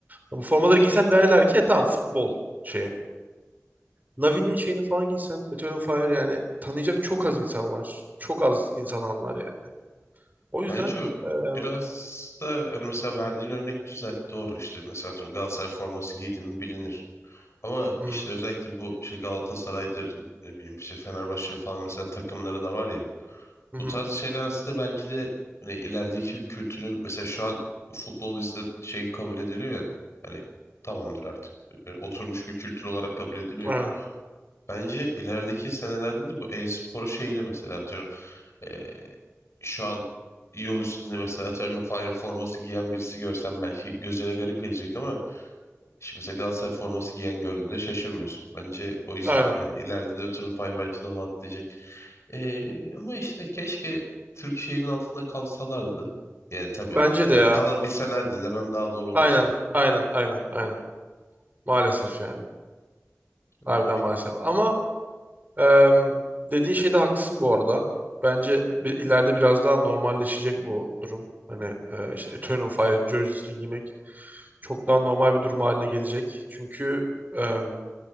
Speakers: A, on the right; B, on the left.
A: bu formaları giysen derler ki "E tamam futbol şeyi. Navi'nin şeyini falan giysen Eto'o Fire yani tanıyacak çok az insan var. Çok az insan anlar yani. O yüzden
B: Bence o
A: em,
B: biraz da hani mesela verdiğin örnek güzel. Doğru işte mesela atıyorum Galatasaray forması giydi mi bilinir. Ama
A: hı
B: işte
A: hı,
B: özellikle bu işte Galatasaray'dır ne bileyim işte Fenerbahçe'nin falan mesela takımları da var ya.
A: hı hı,
B: Bu tarz şeyler aslında belki de hani ilerideki bir kültürün mesela şu an futbol bizde şey kabul ediliyor ya hani tamamdır artık. Yani oturmuş bir kültür olarak kabul ediliyor.
A: aynen,
B: Bence ilerideki senelerde de bu e-spor şeyle mesela atıyorum. e, şu an yol üstünde mesela atıyorum Fire forması giyen birisi görsem belki gözüne garip gelecek ama şimdi mesela Galatasaray forması giyen gördüğünde şaşırmıyorsun. Bence o yüzden
A: aynen.
B: hani ileride de ötürü Fire belki de onu atlayacak. E, ama işte keşke Türk şehrinin altında kalsalardı. Yani tabii
A: Bence
B: kal-
A: de ya.
B: kalabilselerdi demem daha doğru olur
A: Aynen,
B: sana.
A: aynen, aynen, aynen. Maalesef yani. Harbiden
B: Ne bileyim.
A: maalesef. Ama em, dediğin şeyde haklısın bu arada. Bence bir, ileride biraz daha normalleşecek bu durum. Hani e, işte Eternal Fire jersey'sini giymek çok daha normal bir durum haline gelecek. Çünkü em,